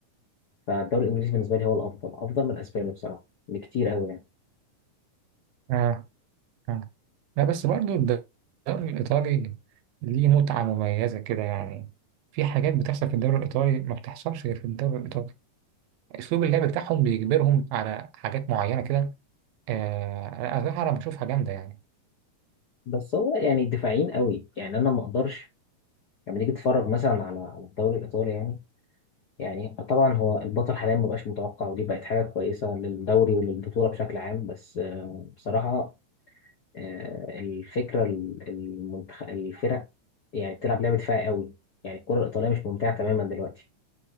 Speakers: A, on the left; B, on the right.
A: فالدوري الإنجليزي بالنسبة لي هو الأفضل أفضل من الأسباني بصراحة بكتير قوي يعني
B: آه، آه. لا بس برضو الدوري الإيطالي ليه متعة مميزة كده يعني في حاجات بتحصل في الدوري الإيطالي ما بتحصلش غير في الدوري الإيطالي أسلوب اللعب بتاعهم بيجبرهم على حاجات معينة كده آه أنا صراحة أنا بشوفها جامدة يعني
A: بس هو يعني دفاعيين قوي يعني أنا ما أقدرش لما تيجي تتفرج مثلا على على الدوري الإيطالي يعني يعني طبعا هو البطل حاليا ما بقاش متوقع ودي بقت حاجة كويسة للدوري وللبطولة بشكل عام بس آه، بصراحة آه، الفكرة ال- المنتخ... الفرق يعني بتلعب لعبة دفاعي قوي يعني الكرة الإيطالية مش ممتعة تماما دلوقتي